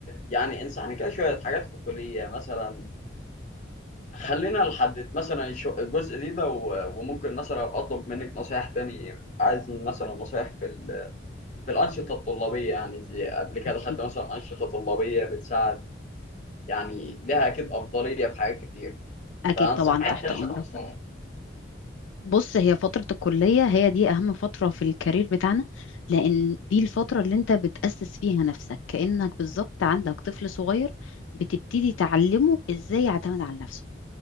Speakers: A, on the left (about 40°); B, on the left (about 80°).
A: يعني انصحني كده شوية حاجات في الكلية مثلا خلينا نحدد مثلا الش- الجزء دي ده و- وممكن مثلا أطلب منك نصايح تاني عايز مثلا نصايح في في الأنشطة الطلابية يعني زي قبل كده
B: أكيد
A: خدت مثلا أنشطة طلابية بتساعد يعني لها أكيد أفضلية في حاجات كتير
B: أكيد
A: فأنصح
B: طبعا
A: أي
B: تحت أمرك
A: شخص
B: بص هي فترة الكلية هي دي أهم فترة في الكارير بتاعنا لأن دي الفترة اللي أنت بتأسس فيها نفسك كأنك بالظبط عندك طفل صغير بتبتدي تعلمه إزاي يعتمد على نفسه